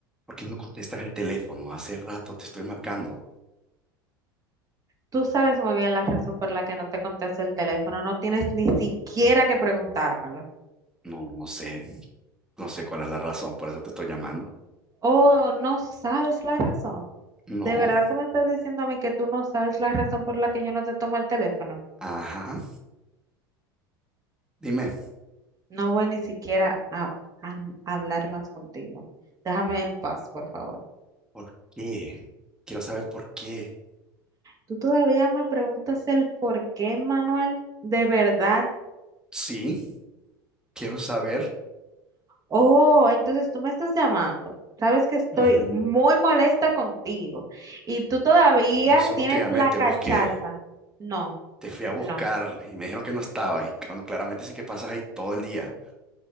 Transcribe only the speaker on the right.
Tú sabes muy bien la razón por la que no te contesto el teléfono. No tienes ni siquiera que preguntármelo.
Oh, no sabes la razón.
¿De verdad tú me estás diciendo a mí que tú no sabes la razón por la que yo no te tomo el teléfono?
No voy ni siquiera a, a hablar más contigo. Déjame en paz, por favor.
¿Tú todavía me preguntas el por qué, Manuel? ¿De verdad?
Oh, entonces tú me estás llamando. Sabes que estoy
muy molesta contigo y tú todavía
tienes
la
cachaza.
No,
no.